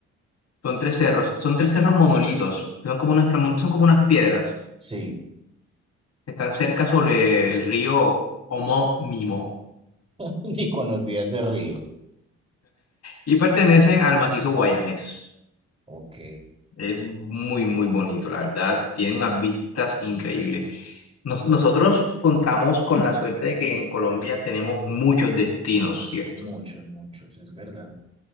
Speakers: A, on the left (about 60°); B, on the right (about 20°).
A: Son tres cerros, son tres cerros monolitos, que son como unas, plamon- son como unas piedras
B: sí.
A: que están cerca sobre el río homónimo
B: <laughs> ni con los días de río.
A: y pertenecen al macizo guayanés.
B: Ok,
A: Es muy, muy bonito, la verdad. Tiene unas vistas increíbles. Nos- nosotros contamos con la suerte de que en Colombia tenemos muchos destinos, ¿cierto?
B: muchos, muchos, es verdad.